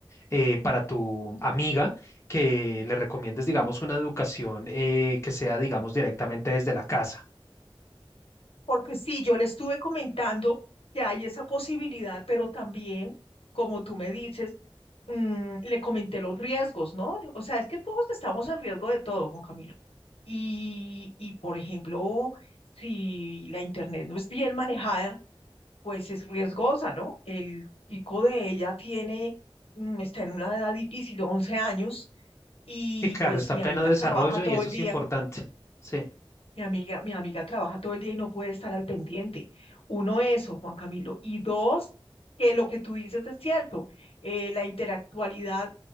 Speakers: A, on the left; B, on the left.
A: eh, para tu amiga que le recomiendes, digamos, una educación eh, que sea, digamos, directamente desde la casa.
B: Porque sí, yo le estuve comentando que hay esa posibilidad, pero también, como tú me dices, mm, le comenté los riesgos, ¿no? O sea, es que todos estamos en riesgo de todo, Juan Camilo. Y, y por ejemplo, si la internet no es bien manejada, pues es riesgosa, ¿no? El chico de ella tiene, mm, está en una edad difícil, 11 años, y
A: Y claro,
B: pues
A: está en
B: mi
A: pleno
B: amiga
A: desarrollo
B: trabaja todo
A: y eso
B: el
A: es
B: día,
A: importante. Sí.
B: mi amiga, mi amiga trabaja todo el día y no puede estar al pendiente. Uno, eso, Juan Camilo. Y dos, que lo que tú dices es cierto, eh, la interactualidad